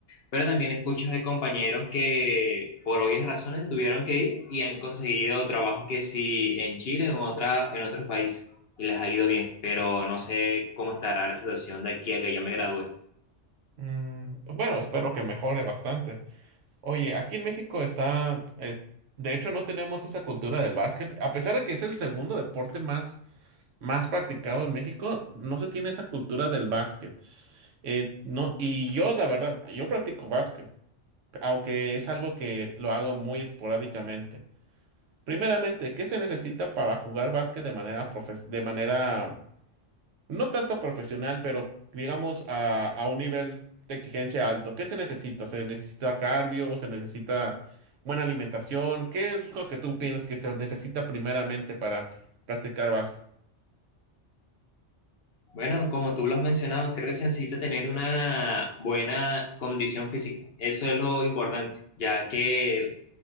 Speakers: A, on the left; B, on the right.
A: Pero también escucho de compañeros que por obvias razones se tuvieron que ir y han conseguido trabajos que sí en Chile, en otra, en otros países, y les ha ido bien, pero no sé cómo estará la situación de aquí a que yo me gradúe.
B: Mm, bueno, espero que mejore bastante. Oye, aquí en México está, eh, de hecho no tenemos esa cultura del básquet, a pesar de que es el segundo deporte más, más practicado en México, no se tiene esa cultura del básquet. Eh, no, y yo, la verdad, yo practico básquet, aunque es algo que lo hago muy esporádicamente. Primeramente, ¿qué se necesita para jugar básquet de manera profes- de manera no tanto profesional, pero digamos a, a un nivel de exigencia alto. ¿Qué se necesita? ¿Se necesita cardio? ¿Se necesita buena alimentación? ¿Qué es lo que tú piensas que se necesita primeramente para practicar básquet?
A: Bueno, como tú lo has mencionado, creo que se necesita tener una buena condición física. Eso es lo importante, ya que